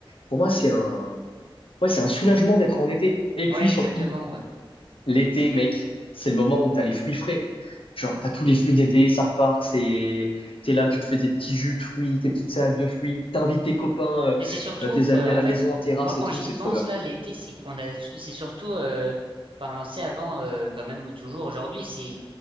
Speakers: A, on the left; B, on the right.
A: Pour moi, c'est un, ouais, c'est un soulagement d'être en été. Et
B: Ouais,
A: puis surtout,
B: exactement, ouais.
A: l'été, mec, c'est le moment où t'as les fruits frais. Genre, t'as tous les fruits d'été, ça repart, c'est, t'es là, tu te fais tes petits jus de fruits, tes petites salades de fruits, t'invites tes copains, euh,
B: Mais c'est surtout,
A: euh, tes
B: ouais,
A: amis
B: en
A: à la
B: fait,
A: maison en terrasse
B: moi quand
A: et tout,
B: j'y
A: c'est
B: pense
A: trop bien.
B: là, l'été, c'est qu'on a, c'est surtout, euh, enfin, c'est avant, euh, enfin même toujours aujourd'hui, c'est